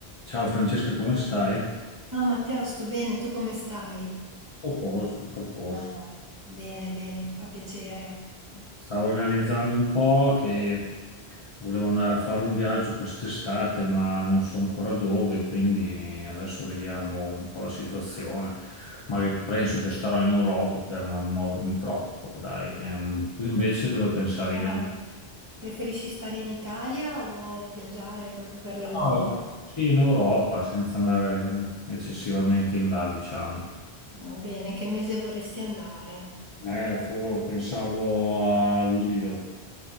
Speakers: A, on the left (about 55°); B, on the right (about 25°).
A: Ciao Francesca, come stai? Tutto
B: No, Matteo, sto bene, tu come stai?
A: a posto, tutto a posto.
B: Ah, bene, bene, mi fa piacere.
A: Stavo organizzando un po' che volevo andare a fare un viaggio quest'estate, ma non so ancora dove, quindi adesso vediamo un po' la situazione. Ma penso che starò in Europa per non muovermi troppo, dai. Ehm, tu invece dove pensavi
B: Ah,
A: di andare?
B: preferisci stare in Italia o viaggiare proprio per l'Europa?
A: No, sì, in Europa, senza andare eccessivamente in là, diciamo.
B: Va bene, che mese vorresti andare?
A: Eh, fo- pensavo a luglio.